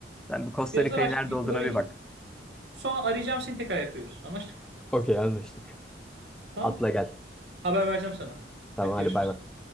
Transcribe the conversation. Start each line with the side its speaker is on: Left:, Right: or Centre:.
Centre: Sen bir Costa
Right: Biraz
Centre: Rica'yı
Right: araştırayım,
Centre: nerede olduğuna
Right: öğreneyim.
Centre: bir bak.
Right: Sonra arayacağım seni tekrar yapıyoruz. Anlaştık.
Centre: Okey anlaştık.
Right: Tamam.
Centre: Atla gel.
Right: Haber vereceğim sana.
Centre: Tamam
Right: Hadi görüşürüz.
Centre: hadi bay bay.